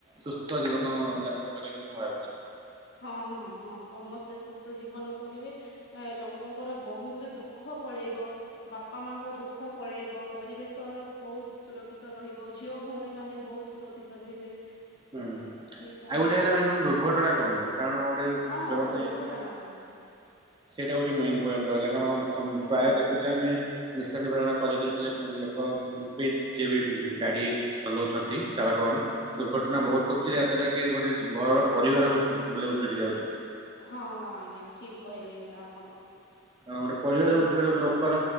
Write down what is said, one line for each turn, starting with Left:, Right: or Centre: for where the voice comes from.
Right: ସୁସ୍ଥ ଜୀବନ ଯାପନ କରିବେ ବୋଲି ମୁଁ ଭାବୁଛି
Left: ହଁ ହଁ ହଁ ସମସ୍ତେ ସୁସ୍ଥ ଜୀବନ କରିବେ ଲୋକଙ୍କର ବହୁତ ଦୁଃଖ ପଳେଇବ ବାପା ମାଙ୍କ ଦୁଃଖ ପଳେଇବ ପରିବେଶ ବହୁତ ସୁରକ୍ଷିତ ରହିବ ଝିଅ ଭଉଣୀ ମାନେ ବହୁତ ସୁରକ୍ଷିତ ରହିବେ।
Right: ହୁଁ ଆଉ
Left: ସେଇଟା
Right: ଗୋଟେ ହେଲା ମନ୍ ଦୁର୍ଘଟଣା କ କାରଣ ଗୋଟେ
Left: ହଁ ହଁ
Right: ଯୋଉ
Left: ଦୁର୍ଘଟଣା କମିବ
Right: ସେଟା ଗୋଟେ ମେନ୍ ପଏଣ୍ଟ ରହିଲା କାରଣ
Left: ହୁଁ
Right: ପ୍ରାୟ
Left: ହୁଁ
Right: ଦେଖୁଛେ ଆମେ ନି ସେ ନିବାରଣ କରିକି ସେ ଲୋକ ବି ଯିଏ ବି ଗାଡ଼ି ଚଲାଉଛନ୍ତି ଚାଳକ ମାନ
Left: ହୁଁ
Right: ଦୁର୍ଘଟଣା
Left: ହୁଁ
Right: ବହୁତ ଘୁଟୁଚି ଯାହା ଦ୍ୱାରା କି ଗୋଟେ ଘରର ପରିବାର ବୁଷୁ ବୋଇଲେ ଉଜୁଡି ଯାଉଛି।
Left: ହଁ ଆଜ୍ଞା ଠିକ କହିଲେ ଏଇଟା ଆପଣ।
Right: କଣ ଗୋଟେ ପରିବାର
Left: ନିସ୍
Right: ହଉଛି ଗୋେ ଗେ ଲୋକର।